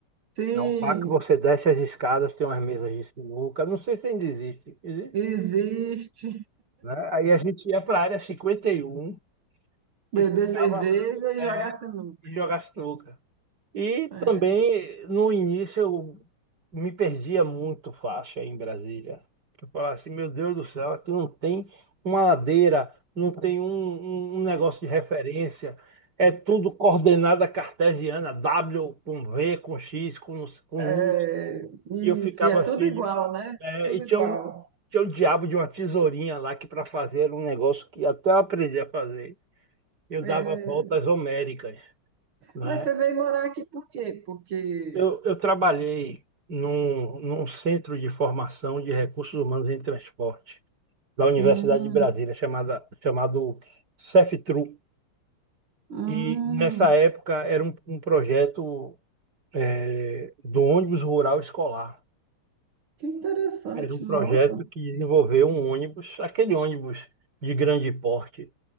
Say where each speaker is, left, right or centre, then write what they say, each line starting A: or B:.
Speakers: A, on the right; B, on the right.
A: Sim,
B: É um bar que você desce as escadas, tem umas mesas de sinuca. Não sei se ainda existe, existe,
A: existe
B: né? Aí a gente ia para a área cinquenta e um e
A: beber
B: ficava
A: cerveja
B: lá,
A: e jogar
B: é,
A: sinuca.
B: e jogava sinuca. E
A: É,
B: também, no início, eu me perdia muito faixa em Brasília. Eu falava assim, meu Deus do céu, aqui não tem uma ladeira, não tem um, um um negócio de referência. É tudo coordenada cartesiana, W com V, com X, com, com
A: é,
B: número.
A: isso,
B: E eu ficava
A: e é
B: assim,
A: tudo igual, né?
B: É,
A: Tudo
B: e tinha
A: igual.
B: um, tinha um diabo de uma tesourinha lá que para fazer era um negócio que até eu aprendi a fazer. Eu
A: É.
B: dava voltas homéricas, né?
A: Mas você veio morar aqui por quê? Porque.
B: Eu, eu trabalhei num, num centro de formação de recursos humanos em transporte da Universidade
A: Hum,
B: de Brasília, chamada, chamado CEFTRU.
A: hum,
B: E nessa época era um, um projeto eh, do ônibus rural escolar.
A: que interessante,
B: Era um projeto
A: nossa.
B: que desenvolveu um ônibus, aquele ônibus de grande porte